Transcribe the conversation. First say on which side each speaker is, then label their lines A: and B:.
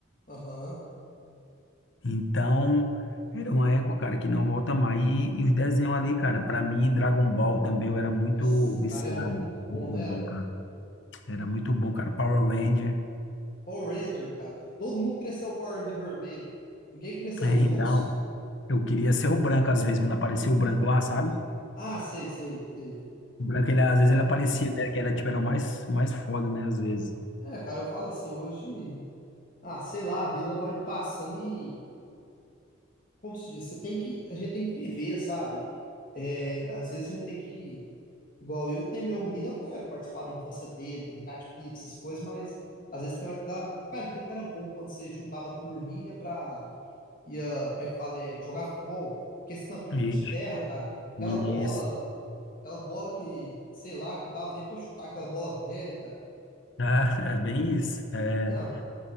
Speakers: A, on the left; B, on the left.
A: aham.
B: Então, era uma época, cara, que não volta mais. E, e os desenhos ali, cara, pra mim, Dragon Ball também, eu era muito
A: Nossa,
B: viciado.
A: cara, era muito bom,
B: Dragon
A: não era?
B: Ball, cara. Era muito bom, cara. Power Ranger.
A: Power Ranger, cara. Todo mundo cresceu o Power Ranger vermelho. Ninguém cresceu
B: É,
A: os
B: Então,
A: outros.
B: eu queria ser o branco às vezes, quando aparecia o branco lá, sabe?
A: Ah, sei, sei, sei.
B: O branco, ele, às vezes
A: Ah,
B: ele aparecia, né? Que era, tipo, era o mais, mais foda, né? Às vezes.
A: É, cara, eu falo assim, hoje, ah, sei lá, a vida vai passando e, como se diz, você tem que, a gente tem que viver, sabe? É, às vezes a gente tem que, igual eu tenho meu menino, eu quero participar da infância dele, brincar de pipa, essas coisas, mas às vezes tem hora que dá, cara, tanto que era bom quando você juntava a turminha pra, ia, como é que fala, é, jogar futebol, porque esse campinho
B: E,
A: tudo de terra, cara, aquela
B: isso.
A: bola, aquela bola que, sei lá, que não dava nem pra chutar, aquela bola velha, cara.
B: Ah, <laughs> é bem isso. É,
A: Não,